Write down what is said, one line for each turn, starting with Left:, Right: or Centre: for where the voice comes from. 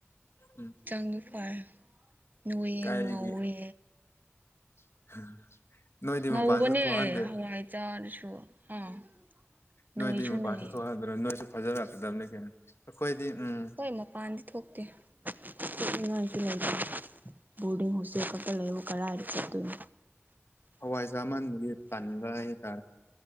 Left: ꯎꯝ
Right: ꯍꯛꯆꯥꯡꯟꯨ ꯐꯥꯔ ꯅꯣꯏꯌꯦ
Left: ꯀꯥꯏꯒꯤ
Right: ꯉꯧꯋꯦ
Left: <unintelligible>
Right: ꯉꯧꯕꯅꯦ
Left: ꯃꯄꯥꯟꯁꯨ ꯊꯣꯛꯍꯟꯗꯦ
Right: ꯍꯋꯥꯏ ꯆꯥꯔꯁꯨ ꯑꯥ ꯅꯣꯏꯁꯨ
Left: ꯅꯣꯏꯗꯤ ꯃꯄꯥꯟꯁꯨ
Right: ꯅꯣꯏꯌꯦ
Left: ꯊꯣꯛꯍꯟꯗ꯭ꯔꯥ ꯅꯣꯏꯁꯨ ꯐꯖꯔꯛꯀꯗꯕꯅꯤ ꯀꯩꯅꯣ ꯑꯩꯈꯣꯏꯗꯤ ꯎꯝ
Right: ꯍꯣꯏ ꯃꯄꯥꯟꯗꯤ ꯊꯣꯛꯇꯦ ꯊꯣꯛꯅꯤꯡꯉꯥꯏꯁꯨ ꯂꯩꯇꯦ ꯕꯣꯔꯗꯤꯡ ꯍꯣꯁꯇꯦꯜ ꯂꯩꯕꯨ ꯀꯔꯥꯏꯗ ꯆꯠꯇꯣꯏꯅꯣ
Left: ꯍꯋꯥꯏꯖꯥꯃꯟꯕꯒꯤ ꯇꯟꯕ ꯍꯥꯏꯇꯥꯔꯦ